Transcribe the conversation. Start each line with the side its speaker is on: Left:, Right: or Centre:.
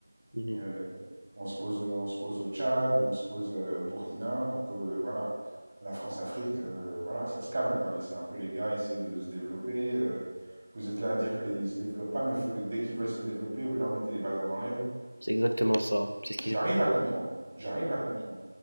Left: mhm.
Right: Euh, on, se pose, on se pose au Tchad ou on se pose euh, au Burkina pour que, voilà, la France-Afrique, euh, voilà, ça se calme, quoi. Laissez un peu les gars essayer de se développer. euh, vous êtes là à dire qu'ils ne se développent pas, mais faut- dès qu'ils veulent se développer, vous leur mettez les bâtons dans les roues.
Left: C'est exactement ça. C'est ce qui
Right: J'arrive
Left: s'est passé.
Right: à comprendre. J'arrive à comprendre.